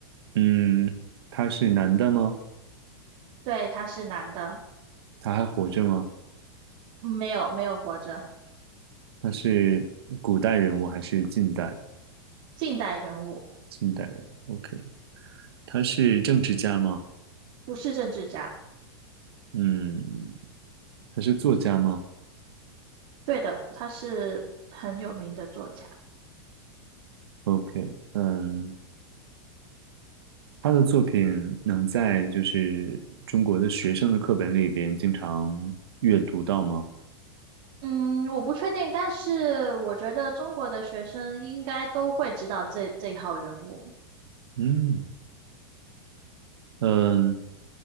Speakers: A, on the right (about 75°); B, on the right (about 55°).
A: 嗯，他是男的吗？
B: 对，他是男的，
A: 他还活着吗？
B: 嗯没有没有活着，
A: 他是古代人物还是近代的？
B: 近代人物，
A: 近代人物，OK，他是政治家吗？
B: 不是政治家。
A: 嗯，他是作家吗
B: 对的，他是很有名的作家。
A: ？OK，嗯。他的作品能在就是中国的学生的课本里边经常阅读到吗？
B: 嗯，我不确定，但是我觉得中国的学生应该都会知道这这一号人物。
A: 嗯嗯，